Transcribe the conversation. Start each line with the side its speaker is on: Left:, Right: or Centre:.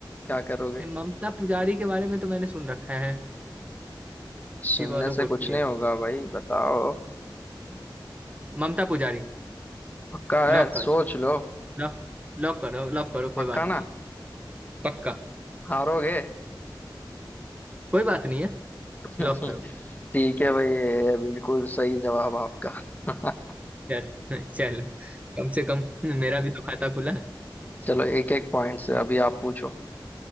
Left: क्या करोगे
Right: ममता पुजारी के बारे में तो मैंने सुन रखा है
Left: सुनने
Right: She was a
Left: से
Right: good
Left: कुछ
Right: player
Left: नहीं होगा भाई बताओ
Right: Mamta Pujari
Left: पक्का
Right: Lock
Left: है
Right: करो
Left: सोच लो
Right: लॉक लॉक करो लॉक करो कोई
Left: पक्का
Right: बात
Left: ना
Right: नहीं है पक्का
Left: हारोगे
Right: कोई बात नहीं है
Left: <laughs>
Right: लॉक करो
Left: ठीक है भाई ये है बिल्कुल सही जवाब आपका <laughs>
Right: चल चल कम से कम मेरा भी तो खाता खुला है
Left: चलो एक एक पॉइंट से अभी आप पूछो